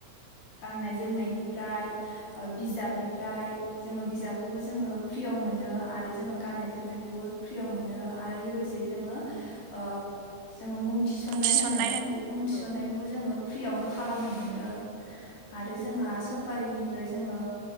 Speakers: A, on the left; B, on the right.
A: गाननाय जोमनायनिफ्राय ओ
B: औ
A: बिजाबनिफ्राय जोङो बिजाब खौबो जोङो फ्रियाव मोनो। आरो जोङो गाननाय
B: औ
A: जोमनायखौबो फ्रियाव मोनो आरो लोगोसे जोङो ओ जोङो मुं थिसन्नाय
B: औ थिसननाय
A: होनो बे मुं थिसन्नायखौबो
B: औ
A: जोङो फ्रियावनो खालामनो मोनो आरो जोंहा सरकारिनिफ्राय जोङो